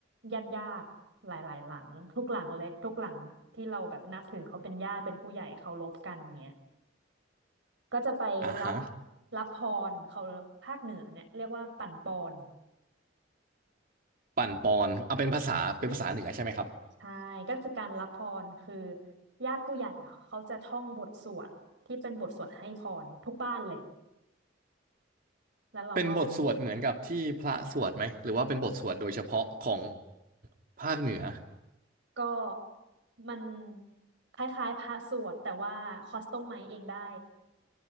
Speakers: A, on the right (about 75°); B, on the right (about 50°).
A: ญาติญาติหลายๆหลังทุกหลังเลยทุกหลังที่เราแบบนับถือเขาเป็นญาติเป็นผู้ใหญ่เคารพกันเนี่ยก็จะไปรับ
B: อ่าฮะ
A: รับพรเขาภาคเหนือเนี่ยเรียกว่าปั่นปอน
B: ปั่นปอนเอาเป็นภาษาเป็นภาษาเหนือใช่ไหมครับ
A: ใช่ก็คือการรับพรคือญาติผู้ใหญ่อะเขาจะท่องบทสวดที่เป็นบทสวดให้พรทุกบ้านเลยแล้วเราก็
B: เป็นบทสวดเหมือนกับที่พระสวดไหมหรือว่าเป็นบทสวดโดยเฉพาะของภาคเหนือ
A: ก็มันคล้ายๆพระสวดแต่ว่าคอสตอมไมซ์เองได้